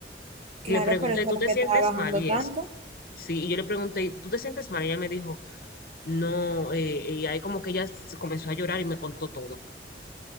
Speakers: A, on the right (about 35°); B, on the left (about 55°).
A: Claro,
B: Y le pregunté,
A: por eso
B: ¿tú
A: es
B: te
A: que
B: sientes
A: trabajando
B: mal? Y
A: tanto.
B: eso. Sí, y yo le pregunté, ¿tú te sientes mal? Y ella me dijo, no, eh, y ahí como que ella se comenzó a llorar y me contó todo.